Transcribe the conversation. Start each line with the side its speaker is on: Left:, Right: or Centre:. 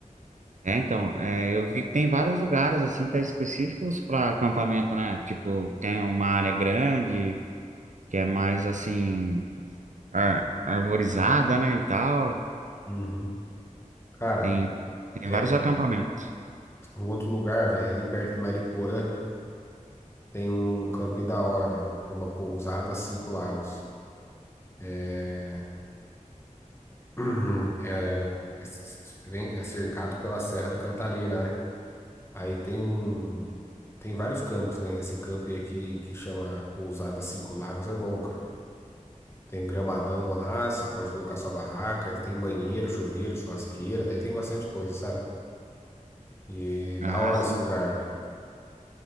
Right: É, então, é, eu vi que tem vários lugares assim que é específicos para acampamento, né? Tipo, tem uma área grande que é mais assim ar- arvorizada, né, e tal.
Left: Uhum. Cara,
Right: Tem, tem
Left: é,
Right: vários acampamentos.
Left: um outro lugar, velho, ali perto de Mariporã, tem um camping da hora, velho. Chama Pousada Cinco Lagos. É, Uhum. É, é, vem- é cercado pela Serra da Cantareira, né? Aí tem, tem vários campos, né? Esse campo aí aqui que chama Pousada Cinco Lagos é bom, cara. Tem gramadão lá, você pode colocar sua barraca, ele tem banheiro, chuveiro, churrasqueira, daí tem bastante coisa, sabe? E da
Right: Ah,
Left: hora
Right: sim.
Left: esse lugar, velho.